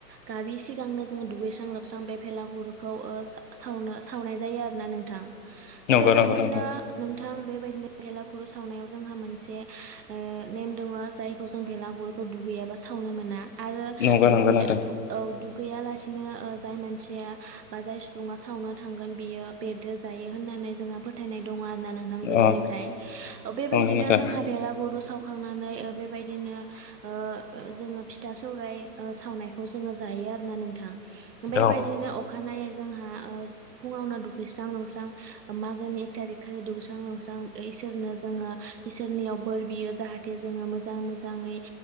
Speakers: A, on the right (about 75°); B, on the left (about 50°).
A: गाबि सिगांनो जोङो दुगैस्रां लोबस्रां बे भेलागुरुखौ सावनो सावनाय जायो आरोना नोंथां
B: नंगौ
A: बेबायदिनो
B: नंगौ नोंथां
A: नोंथ बेबाय भेलागुरु सावनायाव जों मोनसे ने दोङो जायखौ जों भलागुरखौ दुगैयाबा सावनो मोना आरो
B: नंगौ
A: दुै
B: नंगौ नोंथां
A: औ दुगैया लासे बिदिनो जाय मानसिया बा जाय सुबुङा सावनो थांगोन बियो बेद्रे जायो होननानै जोंहा फोथायनाय दङ आरो ना नोंथां गोदोनिफ्राय
B: अ
A: बेबायदिनो
B: नंगौ नोंथां
A: जोंहा भेलागुरु सावखांनानै बेबायदिनो जोङो फिथा सौर सावनायखौ जोङो जायो आरो नोंथां बेबायदिनो
B: औ
A: अखानायै जोंहा फुङावनो दुगैस्रां लुंस्रां मागोनि एक थारिक खालि दुगैस्रां लुंस्रां इसोरनो जोङो इसोरनियाव बोर बियो जाहाथे जाहाथे जोङो मोजां मोजाङै